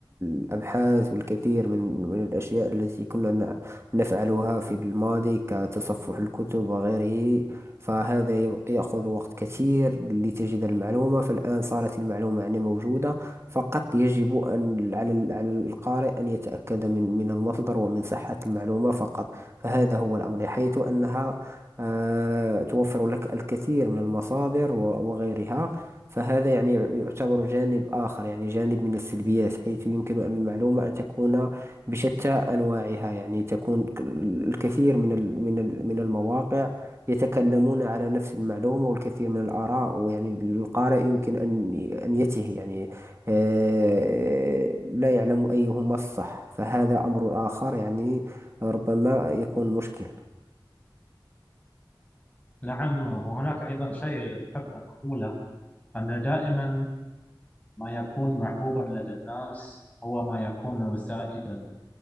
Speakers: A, on the right (about 30°); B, on the left (about 15°).
A: الأبحاث والكثير من من الأشياء التي كنا ن- نفعلها في الماضي كتصفح الكتب وغيره فهذا ي- يأخذ وقت كثير لتجد المعلومة فالآن صارت المعلومة يعني موجودة فقط يجب أن على ال- على القارئ أن يتأكد من من المصدر ومن صحة المعلومة فقط فهذا هو الأمر حيث أنها آه، توفر لك الكثير من المصادر و- وغيرها فهذا يعني يعتبر جانب آخر يعني جانب من السلبيات حيث يمكن أن المعلومة أن تكون بشتى أنواعها يعني تكون ك- الكثير من ال- من ال- من المواقع يتكلمون على نفس المعلومة والكثير من الآراء ويعني القارئ يمكن أن أن يتيه يعني آه، لا يعلم أيهما الصح فهذا أمر آخر يعني ربما يكون مشكل
B: نعم وهناك أيضا شيء أحب أن أقوله أن دائما ما يكون محبوبا لدى الناس هو ما يكون سائدا